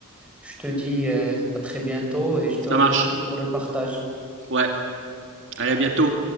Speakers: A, in the centre; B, on the right (about 60°).
A: je te dis euh, à très bientôt et je te
B: ça
A: remercie
B: marche.
A: pour le partage.
B: Ouais, allez, à bientôt.